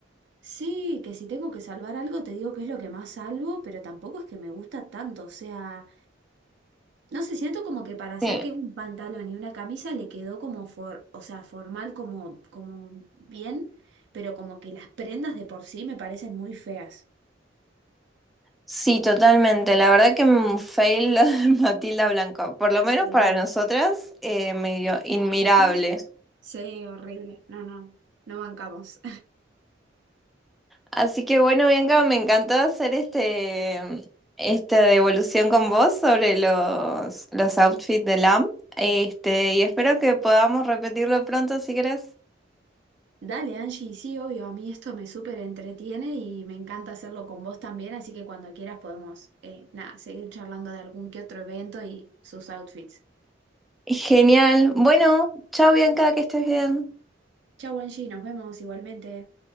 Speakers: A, on the right; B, in the centre.
A: Sí, que si tengo que salvar algo, te digo que es lo que más salvo, pero tampoco es que me gusta tanto, o sea, No sé, siento como que para hacer
B: Sí.
A: que es un pantalón y una camisa le quedó como for, o sea, formal como, como bien, pero como que las prendas de por sí me parecen muy feas.
B: Sí, totalmente. La verdad que un fail lo de <laughs> Matilda Blanco, por lo
A: Sí.
B: menos para nosotras, eh, medio
A: Y nuestros
B: inmirable.
A: gustos. Sí, horrible. No, no, no bancamos.
B: Así que bueno, Bianca, me encantó hacer este, esta devolución con vos sobre los, los outfits de Lamb Este, y espero que podamos repetirlo pronto si querés.
A: <laughs> Dale, Angie, sí, obvio, a mí esto me súper entretiene y me encanta hacerlo con vos también, así que cuando quieras podemos, eh, nada, seguir charlando de algún que otro evento y sus outfits.
B: Genial. Bueno, chao Bianca, que estés bien.
A: Chau, Angie, nos vemos igualmente.